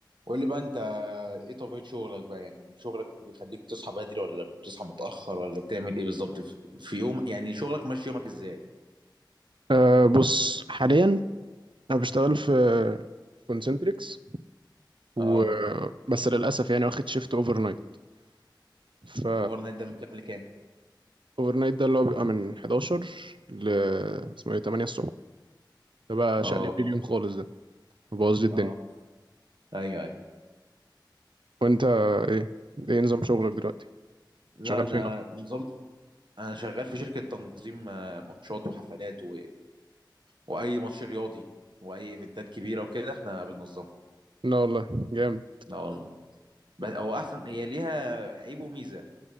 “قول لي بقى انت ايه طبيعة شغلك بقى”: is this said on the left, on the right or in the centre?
Right